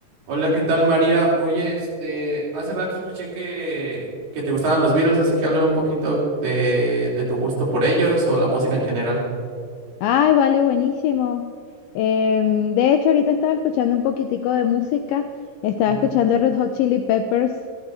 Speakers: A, on the right (about 75°); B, on the left (about 85°).
A: Hola, ¿qué tal, María? Oye, este, hace rato escuché que, que te gustaban los Beatles, así que hablé un poquito de, de tu gusto por ellos o la música en general.
B: Ay, vale, buenísimo. Em, de hecho, ahorita estaba escuchando un poquitico de música, estaba
A: Ujú,
B: escuchando Red Hot Chili Peppers.